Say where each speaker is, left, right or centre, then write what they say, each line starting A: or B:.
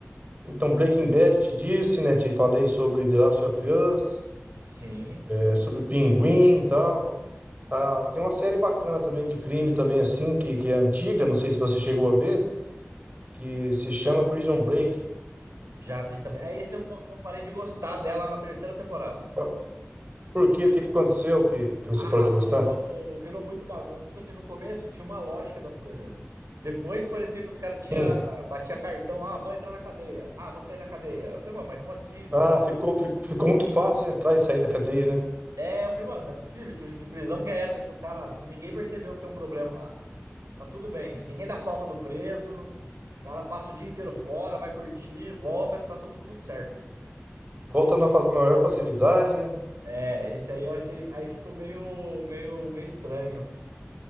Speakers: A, on the right; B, on the right.
A: Então, Breaking Bad, te disse, né? Te falei sobre The Last of Us,
B: Sim,
A: é, sobre Pinguim e tal. Ah, tem uma série bacana também de crime também assim, que, que é antiga, não sei se você chegou a ver, que se chama Prison Break.
B: já vi também. É, esse eu não eu parei de gostar dela na terceira temporada.
A: Ah, Por quê? O que que aconteceu que, que você
B: Ah,
A: parou de gostar?
B: virou, virou muito bagunça. Tipo assim, no começo tinha uma lógica das coisas. Depois parecia que os caras
A: Sim.
B: tinha batia cartão, ah, vou entrar na cadeia. Ah, vou sair da cadeia. Eu falei, mano, mas como assim?
A: Ah,
B: Tipo,
A: ficou, ficou, ficou muito fácil de entrar e sair da cadeia, né?
B: é, eu falei, mano, não é possível, tipo assim, que prisão que é essa que o cara, tipo, ninguém percebeu que tem um problema lá. Tá tudo bem. Ninguém dá falta do preso. O cara passa o dia inteiro fora, vai curtir, volta, tá tudo tudo certo.
A: Volta na fa- maior facilidade, né?
B: É, esse aí eu achei, aí ficou meio meio meio estranho.